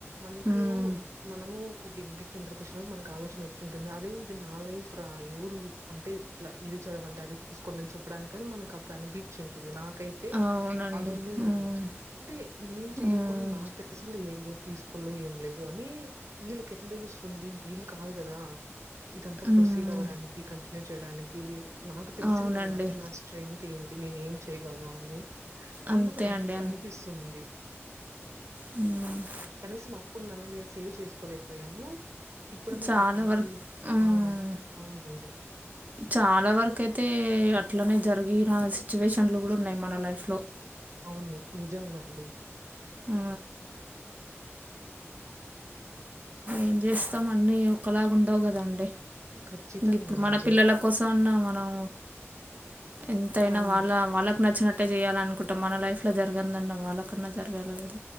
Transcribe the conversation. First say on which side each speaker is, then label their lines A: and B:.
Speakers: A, on the right; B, on the right.
A: మనకు
B: మ్
A: మనము ఒక డిగ్రీ క్రిందర్కి వచ్చినప్పుడు మనకి ఆలోచన వచ్చింటుంది అదే ఇది నా లైఫ్ రా ఎవురు అంటే ఇట్లా ఇది చదవండి అది తీసుకుొని అని చెప్పడానికన్ మనకు అప్పుడు అని పీచున్టుది నాకు కైతే
B: అవునండి.
A: అదున్నింది
B: హ్మ్.
A: అంటే నేను చదువుకొని
B: హ్మ్.
A: నా దేశంలో <unintelligible> ఏం గ్రూప్ తీసుకో ఏం లేదు అని వీళ్ళకి ఎట్లా తెలుస్తుంది వీళ్ళు కాదు కదా ఇదంతా
B: హ్మ్.
A: ప్రొసీ డ అవ్వడానికి కంటిన్యూ చేయడానికి నాకు తెలిసిందల్లా
B: అవునండి.
A: నా స్ట్రెంగ్త్ ఏంటి నేను ఏం చేయ్యగలను అని
B: అంతే
A: అందుకు నాకు
B: అండి.
A: ఇప్పుడనిపిస్తుంది
B: మ్
A: కనీసం అప్పునన్ను నేను సేవ్ చేసుకోలేకపోయాను ఇప్పుడున్న
B: చాలా
A: నా పాపని
B: వరకు హ్మ్.
A: ఆ అవునండి
B: చాలా వరకు అయితే అట్లనే జరిగిన సిచ్యువేషన్లు కూడా ఉన్నాయి మన లైఫ్ లో
A: అవును నిజంగండి
B: ఆ ఏం చేస్తాం అన్నీ ఒకలాగా ఉండవు గదండి
A: ఖచ్చితంగా
B: ఇప్పుడు మన
A: అండి.
B: పిల్లల కోసం మన్నా మనం ఎంతయినా
A: అవును.
B: వాళ్ళ వాళ్ళకి నచ్చిన ఎంత చేయాలనుకుంటాం మన లైఫ్ లో జరగందండి వాళ్ళ క్కన్నా జరగాలి గదా